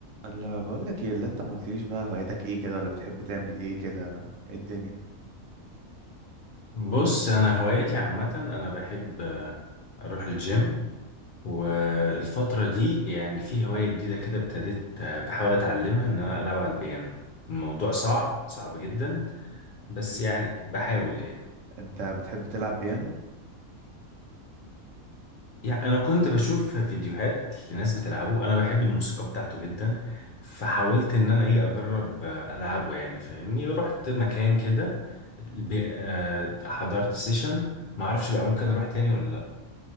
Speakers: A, on the right; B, on the left.
A: اللي بقول لك ايه اللي انت ما قلتليش بقى هوايتك ايه كده ولا بتحب تعمل ايه كده ايه الدنيا
B: بص انا هواياتي عامه انا بحب آه، اروح الجيم والفتره دي يعني في هوايه جديده كده ابتديت آه، بحاول اتعلمها ان انا العب على البيانو الموضوع صعب صعب جدا بس
A: انت
B: يعني بحاول يعني
A: انت بتحب تلعب بيانو
B: يعني انا كنت بشوف فيديوهات لناس بتلعبه انا بحب الموسيقى بتاعته جدا فحاولت ان انا ايه اجرب آه، العبه يعني فاهمني رحت مكان كده بي- آه، حضرت سيشن معرفش بقى ممكن اروح تاني ولا